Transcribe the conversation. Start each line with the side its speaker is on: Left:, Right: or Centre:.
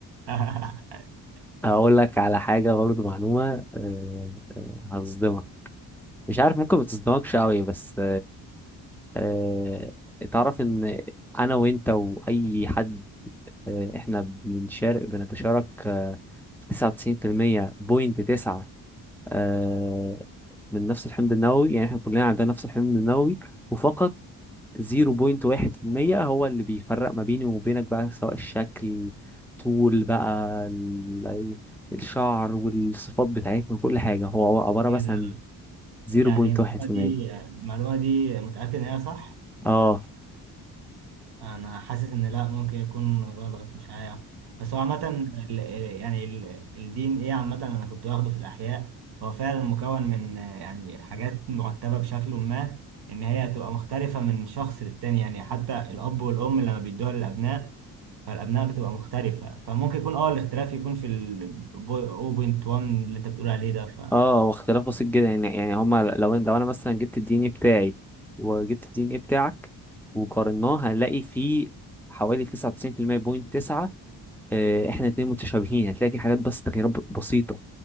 Right: <laughs>
Centre: هقول لك على حاجة برضه معلومة آه، آه، هتصدمك مش عارف ممكن ما تصدمكش قوي بس آه تعرف ان انا وانت واي حد آه احنا بنشارك بنتشارك آه في 99% بوينت 9 آه من نفس الحمض النووي يعني احنا كلنا عندنا نفس الحمض النووي وفقط 0.1% هو اللي بيفرق ما بيني وبينك بقى سواء الشكل طول بقى ال- الشعر والصفات بتاعتنا وكل حاجة هو عبارة
Right: ايه
Centre: بس
Right: ده
Centre: عن 0.1%
Right: يعني المعلومة دي المعلومة دي متأكد ان هي صح؟
Centre: اه
Right: انا حاسس ان لا ممكن يكون غلط مش عارف بس هو عامه ال- ال- يعني الدي ان ايه عامه انا كنت واخده في الاحياء هو فعلا مكون من آه، يعني حاجات مرتبه بشكل ما ان هي هتبقى مختلفه من شخص للتاني يعني حتى الاب والام لما بيدوها للابناء فالابناء بتبقى مختلفه فممكن يكون اه الاختلاف يكون في ال 0.1 اللي انت بتقول عليه ده ف
Centre: اه واختلاف بسيط جدا يعني يعني هما لو لو انا مثلا جبت الدي ان ايه بتاعي وجبت الدي ان ايه بتاعك وقارناه هنلاقي فيه حوالي 99% بوينت 9 احنا الاتنين متشابهين هتلاقي في حاجات بس تغييرات ب- بسيطة